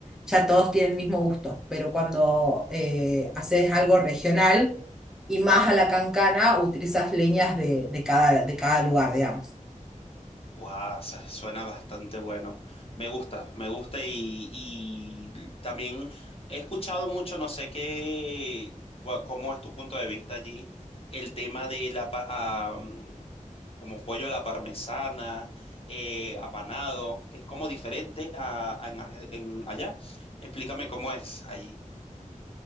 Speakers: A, in the centre; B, on the left.
A: ya todos tienen el mismo gusto, pero cuando eh, haces algo regional y más a la cancana, utilizas leñas de, de cada, de cada lugar, digamos.
B: Guau, se- suena bastante bueno. Me gusta, me gusta y, y también he escuchado mucho, no sé qué, cua- cómo es tu punto de vista allí, el tema de la, pa- ah, mm, como pollo a la parmesana, eh, apanado, que es como diferente a, a en, Arge- en allá. Explícame cómo es allí.